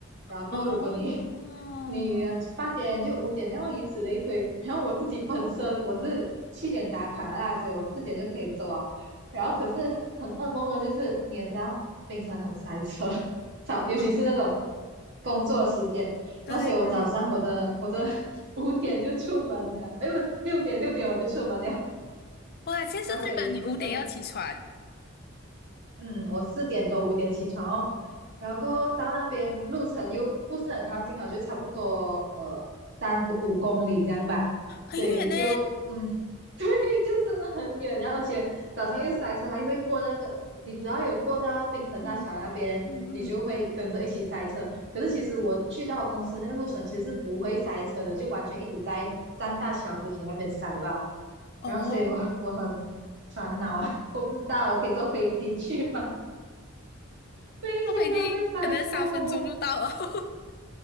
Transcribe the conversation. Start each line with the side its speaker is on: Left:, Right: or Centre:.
Right: 然后过后，
Left: 哦，
Right: 如果你 <laughs> 你八点就五点那样以此类推。然后我自己本身我是七点打卡啦，所以我四点就可以走啊。然后可是很噩梦的就是你也知道，槟城很塞车，<laughs> 早尤其是那种
Left: 嗯，
Right: 工作时间。
Left: 对对，
Right: 然后所以我早上我的我的 <laughs> 五点就出门了，哎不是六点六点我就出门了，
Left: 哇，现在是代表你五点要起床，
Right: 然后所以我嗯，我四点多五点起床哦，然后过后到那边路程又不是很靠近哦，就差不多呃三十五公里这样吧，
Left: 很远呢。
Right: 所以就嗯 <laughs>，对，就真的很远，然后而且早上又塞车，还会过那个，你只要有过到槟城大桥那边，
Left: 嗯嗯嗯，
Right: 你就会跟着一起塞车。可是其实我去到我公司的那个路程其实是不会塞车的，就完全一直在上大桥之前那边塞吧。
Left: 哦，
Right: 然后所以我我很烦恼啊，<laughs> 我不知道我可以坐飞机去吗？每一天都在塞车，
Left: 坐飞机可能三分钟就到了。<laughs>